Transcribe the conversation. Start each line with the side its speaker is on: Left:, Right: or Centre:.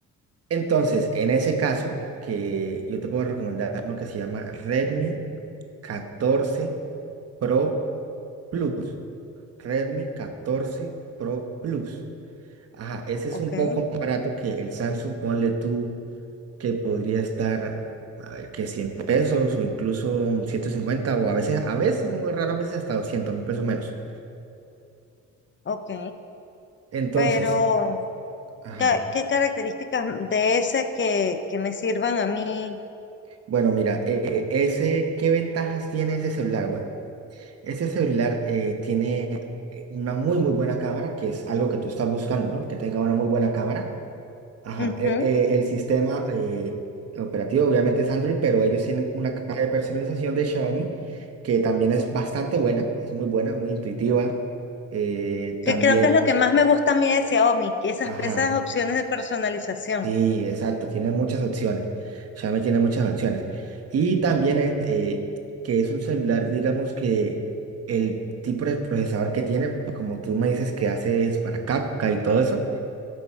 Right: Entonces, en ese caso, que yo te puedo recomendar uno que se llama Redmi catorce Pro Plus. Redmi catorce Pro Plus. Ajá, ese es
Left: ok,
Right: un poco más barato que el Samsung, ponle tú que podría estar, a ver, que 100 pesos o incluso 150 o a veces, a veces, muy raras veces hasta doscientos mil pesos menos.
Left: ok,
Right: Entonces,
Left: pero...
Right: ajá.
Left: ¿Qué, qué características de ese que, que me sirvan a mí?
Right: Bueno, mira, eh, ese, ¿qué ventajas tiene ese celular? Bueno, ese celular eh, tiene eh, una muy, muy buena cámara, que es algo que tú estás buscando, ¿no? Que tenga una muy buena cámara. Ajá,
Left: Ujú.
Right: e- e- el sistema eh, operativo obviamente es Android, pero ellos tienen una caja de personalización de Xiaomi que también es bastante buena, es muy buena, muy intuitiva. eh,
Left: que
Right: también,
Left: creo que es lo que más me gusta a mí de Xiaomi, que esas,
Right: ajá,
Left: esas opciones de personalización.
Right: sí, exacto, tiene muchas opciones. Xiaomi tiene muchas opciones. Y también este, que es un celular, digamos que el tipo de procesador que tiene, pues, como tú me dices que haces para capca y todo eso.